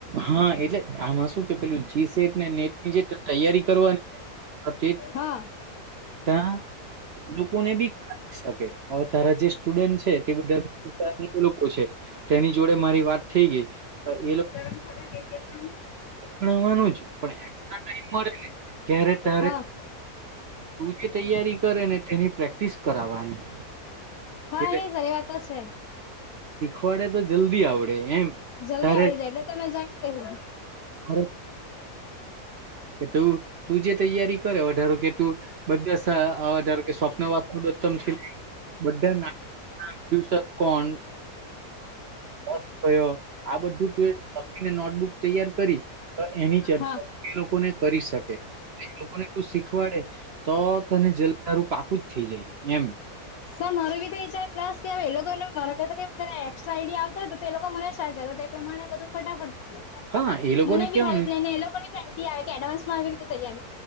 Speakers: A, on the right; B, on the left.
A: હા એટલે આમાં શું કે પેલું જી સેટ ને નેટની જે તૈયારી કરવાની તે
B: હા
A: ત્યાં લોકોને બી શકે, હવે તારા જે સુડ છે તેા લોકો છે તેની જોડે મારી વાત થઈ ગઈ એ
B: ગરમ કરવાાવા કે છે પણ
A: ણવાનું જ પણ ટ મળે ત્યારે તારે
B: હા
A: તું જે તૈયારી કરે ને તેની પ્રેક્ટિસ કરાવવાની
B: હા
A: એટલે
B: નઈ સર એ વા તો છે
A: ડે તો જલ્દી આવડે એમ
B: જલ્દી
A: તારે
B: આવડી જાય એટલે તમે જોઈન કહી દો
A: ખરે કે તોું તું જે તૈયારી કરે વધારો કે તું બધા સ્વપ્ન વાસદત્તમ
B: હા
A: થી બધા નાટ દિવ કોણ સ કયો આ બધું તું લખીને નોટબુક તૈયાર કરી તો એની ચર્ચા
B: હા
A: એ લોકોને કરી શકે એ લોકોને તું શીખવાડે, તો તને જલધારું પાકું જ થઇ જાય એમ
B: સર માર બી તો ઈચ્છાય પ્લસ કે એ લોકોને મા કે તને એક્સ્ટ્ર આઈડિયા આવતો હોય તો એ લોકો મને શા કર પ્રમાણે બધું ફટાફટ થાય
A: હા એ લોકોને
B: મને
A: કેવાનું
B: બી હેલ્પ લઈને એ લોકો આઈડિયા આવે કે એડવાન્સમાં આવી રીતે તૈાર